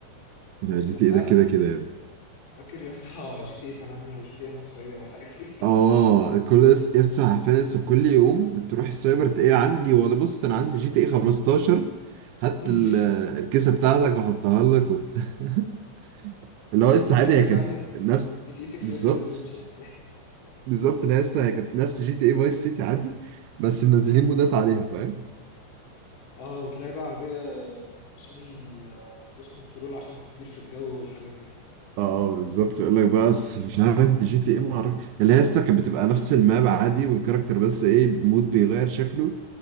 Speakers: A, on the right; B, on the left.
A: لا جي
B: كان
A: تي
B: بقى
A: ايه ده كده
B: من
A: كده يا ابني
B: فاكر يا اسطى <laughs> جي تي إيه 8 وجي تي إيه مصرية والحاجات دي
A: اه كل يس- يسطا عارفين لسه كل يوم تروح السايبر تلاقيه عندي ولا بص انا عندي جي تي ايه 15 هات
B: <laughs> مم.
A: ال- الكيسه بتاعتك واحطها لك وبتاع <laughs> اللي هو
B: ما
A: لسه
B: تفهمش
A: عادي
B: ازاي
A: هي كانت
B: مع ان
A: نفس
B: جي تي إيه 6
A: بالظبط
B: لسه ما نزلتش يعني
A: بالظبط اللي هي لسه هي كانت نفس جي تي ايه فايس سيتي عادي بس منزلين مودات عليها فاهم
B: اه وتلاقي بقى عربية لامبورجيني آه، بتدوس كنترول عشان تطير في الجو والحاجات دي
A: اه آه، بالظبط يقول لك بقى بس مش عارف دي جي تي ايه معرفش اللي هي لسه كانت بتبقى نفس الماب عادي والكاركتر بس ايه مود بيغير شكله